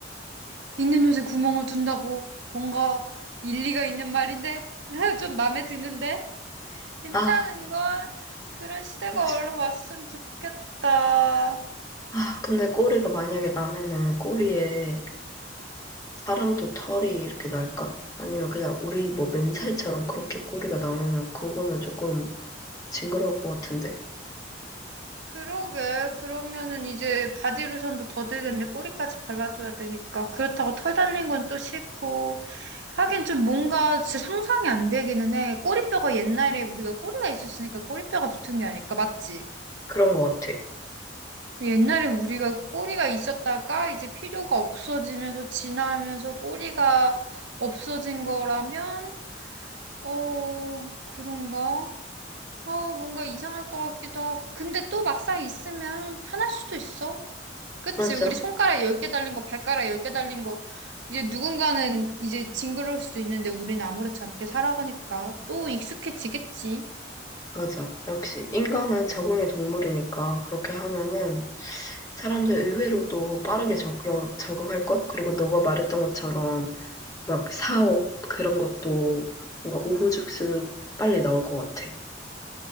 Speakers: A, on the right; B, on the left.
A: 있는 옷에 구멍을 둔다고, 뭔가 일리가 있는 말인데? <laughs> 좀 마음에 드는데? 괜찮은걸?
B: 아,
A: 그런 시대가
B: 그렇
A: 얼른 왔으면 좋겠다.
B: 아, 근데 꼬리가 만약에 나면은 꼬리에 사람도 털이 이렇게 날까? 아니면 그냥 우리 뭐 맨살처럼 그렇게 꼬리가 나면은 그거는 조금 징그러울 것 같은데.
A: 그러게. 그러면은 이제 바디로션도 더 들겠는데 꼬리까지 발라줘야 되니까. 그렇다고 털 달린 건 또 싫고. 하긴 좀 뭔가 진짜 상상이 안 되기는 해. 꼬리뼈가 옛날에 우리가 꼬리가 있었으니까 꼬리뼈가 붙은 게 아닐까? 맞지?
B: 그런 것 같아.
A: 옛날에 우리가 꼬리가 있었다가 이제 필요가 없어지면서 진나하면서 꼬리가 없어진 거라면, 어, 그런가? 어, 뭔가 이상할 것 같기도 하고. 근데 또 막상 있으면 편할 수도 있어. 그치,
B: 맞아,
A: 우리 손가락 10개 달린 거, 발가락 10개 달린 거, 이제 누군가는 이제 징그러울 수도 있는데 우리는 아무렇지 않게 살아가니까 또 익숙해지겠지.
B: 맞아. 역시 인간은 적응의 동물이니까 그렇게 하면은 사람들 의외로도 빠르게 적용, 적응할 것? 그리고 너가 말했던 것처럼 막 사업 그런 것도 뭔가 우후죽순 빨리 나올 것 같아.